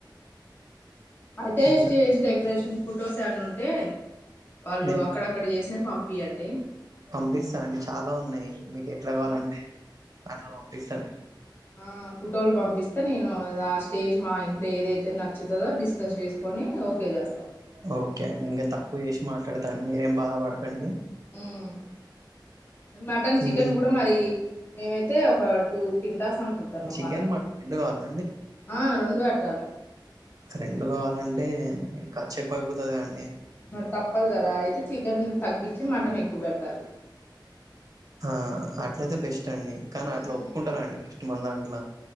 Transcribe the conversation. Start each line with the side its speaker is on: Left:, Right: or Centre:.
Left: అయితే
Right: ఇంకా
Left: స్టేజ్ డెకరేషన్ ఫొటోస్ ఏవన్న ఉంటే వాళ్ళు
Right: నేను
Left: అక్కడక్కడ చేసిన పంపియండి
Right: పంపిస్తా అండి చాలా ఉన్నాయి మీకు ఎట్లా కావాలంటే
Left: ఆ
Right: అట్లా పంపిస్తాను
Left: ఆ ఫోటోలు పంపిస్తే నేను ఆ స్టేజ్ మా ఇంట్లో ఏదైతే తే నచ్చుతదో డిస్కస్ చేసుకొని ఓకే చేస్తాం
Right: ఓకే అండి ఇంగ తక్కువ చేసి మాట్లాడతాన్ మీరేం బాధ పడకండి
Left: మ్ మటన్ చికెన్
Right: ఇంకే
Left: కూడా మరి మేమైతే ఒక టూ కింటాస్ అనుకుంటన్నా
Right: చికెన్,
Left: మటను
Right: మటన్ కావాలా
Left: అరెండు పెట్టాలి
Right: రెండు కావాలంటే ఖర్చు ఎక్కువైపోయింది కదండీ
Left: మరి తప్పదు కదా అయితే చికెన్ తగ్గించి మటన్ ఎక్కువ పెట్టాలి
Right: ఆ అట్ల అయితే బెస్ట్ అండి కానీ అట్లా
Left: ఉమ్
Right: ఒప్పుకుంటార అండి ఫస్ట్ మన దాంట్ల